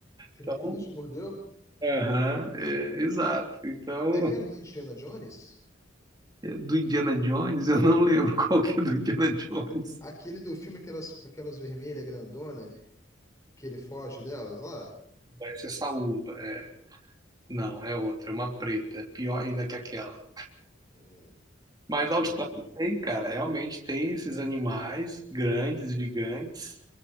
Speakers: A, on the left; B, on the right.
A: Credo,
B: Então,
A: te mordeu?
B: aham, é, exato. Então,
A: É aquela do Indiana Jones?
B: Do Indiana Jones, eu não lembro <laughs> qual que é do Indiana Jones.
A: Aquele do filme, aquelas, aquelas vermelhas grandona que ele foge delas lá?
B: Essa é saúva, é. Não, é outra, é uma preta, é pior ainda que aquela.
A: Hum,
B: Mas a Austrália
A: é.
B: tem, cara, realmente tem esses animais grandes, gigantes,